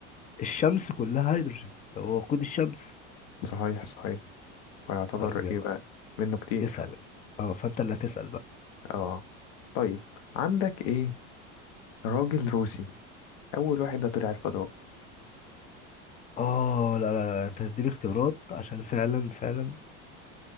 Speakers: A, on the left (about 20°); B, on the left (about 70°).
A: الشمس كلها هيدروجين هو وقود الشمس
B: صحيح صحيح فيعتبر
A: طيب يلا
B: ايه بقى منه كتير
A: اسأل اه فأنت اللي هتسأل بقى
B: اه طيب عندك ايه راجل روسي اول واحد ده طلع الفضاء
A: اه لا لا لا أنت هتديني اختيارات عشان فعلا فعلا